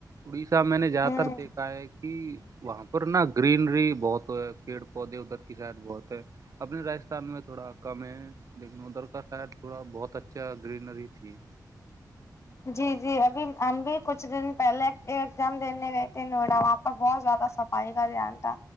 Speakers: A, on the right; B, on the left.
A: اڑیسہ میں نے زیادہ
B: ہوں
A: تر دیکھا ہے کہ وہاں پر نا گرینری بہت ہے پیڑ پودے ادھر کی شاید بہت ہے اپنے راجستھان میں تھوڑا کم ہے لیکن ادھر کا سائڈ تھوڑا بہت اچھا گرینری تھی
B: جی جی ابھی ہم بھی کچھ دن پہلے ایگزام دینے گئے تھے نوئیڈا وہاں پر بہت زیادہ سب پائی کا دھیان تھا